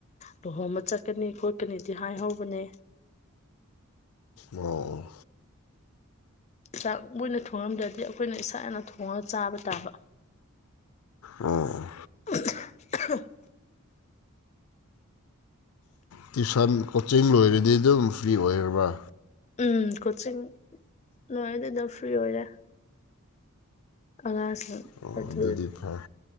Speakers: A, on the left; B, on the left.
A: ꯂꯨꯍꯣꯡꯕ ꯆꯠꯀꯅꯤ ꯈꯣꯠꯀꯅꯤꯗꯤ ꯍꯥꯏꯍꯧꯕ ꯀꯅꯦ
B: ꯑꯣ
A: ꯆꯥꯛ ꯃꯣꯏꯅ ꯊꯣꯡꯉꯝꯗ꯭ꯔꯗꯤ ꯑꯩꯈꯣꯏꯅ ꯏꯁꯥꯅ ꯊꯣꯡꯉꯒ ꯆꯥꯕ ꯇꯥꯕ
B: ꯑꯣ
A: ꯑ
B: ꯇ꯭ꯨꯁꯟ ꯀꯣꯆꯤꯡ ꯂꯣꯏꯔꯗꯤ ꯑꯗꯨꯝ ꯐ꯭ꯔꯤ ꯑꯣꯏꯔꯕ꯭ꯔꯥ
A: ꯎꯝ ꯀꯣꯆꯤꯡ ꯅꯨꯡꯉꯔ ꯑꯗꯨꯗ ꯐ꯭ꯔꯤ ꯑꯣꯏꯔꯦ ꯑꯉꯥꯡ
B: ꯑꯣ
A: ꯑꯗꯨ
B: ꯑꯗꯨꯗꯤ ꯐꯔꯦ